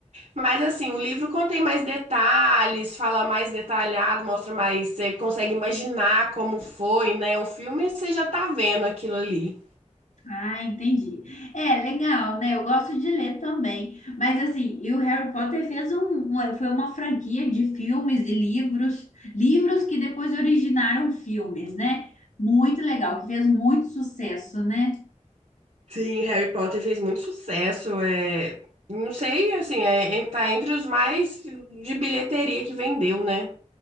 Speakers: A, on the right; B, on the left.
A: mas assim, o livro contém mais detalhes, fala mais detalhado, mostra mais, você consegue imaginar como foi, né? O filme você já tá vendo aquilo ali.
B: Ah, entendi. É, legal, né? Eu gosto de ler também. Mas assim, e o Harry Potter fez um, um- foi uma franquia de filmes e livros, livros que depois originaram filmes, né? Muito legal, que fez muito sucesso, né?
A: Sim, Harry Potter fez muito sucesso. É... Não sei, assim, é, é- tá entre os mais de bilheteria que vendeu, né?